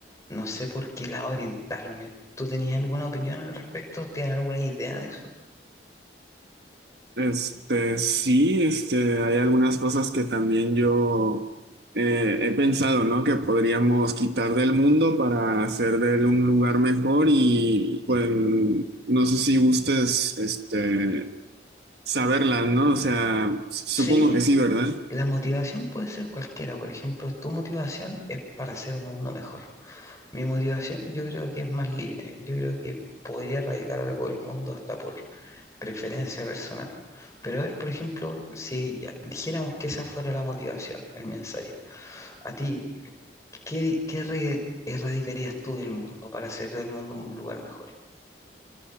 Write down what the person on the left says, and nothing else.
no sé por qué lado orientarme. ¿Tú tenías alguna opinión al respecto? ¿Tienes alguna idea de eso?
Sí,
la motivación puede ser cualquiera. Por ejemplo, tu motivación es para hacer un mundo mejor. Mi motivación yo creo que es más libre, yo creo que podría erradicar algo del mundo hasta por preferencia personal. Pero a ver, por ejemplo, si ya dijéramos que esa fuera la motivación, el mensaje, a ti, ¿qué, qué re- erradicarías tú del mundo para hacer del mundo un lugar mejor?